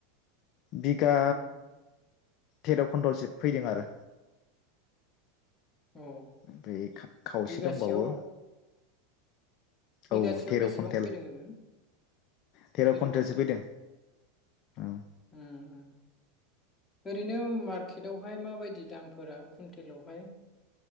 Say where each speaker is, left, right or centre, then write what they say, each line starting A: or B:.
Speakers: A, on the left (about 50°); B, on the left (about 15°).
A: बिगा
B: उम
A: तेरकुन्टलसो फैदों आरो।
B: अ
A: ओफ्राय खावसे
B: बिगासेयाव
A: दंबावो
B: बिगासेयाव
A: औ तेर'
B: बेसेबां
A: कुन्टेल
B: फैदों होनदों
A: तेर'
B: थेर'
A: कुन्टेलसो
B: कुइन्टेल
A: फैदों
B: अ।
A: औ
B: उम। ओरैनो मार्केटावहाय माबायदि दामफोरा कुन्टेलावहाय?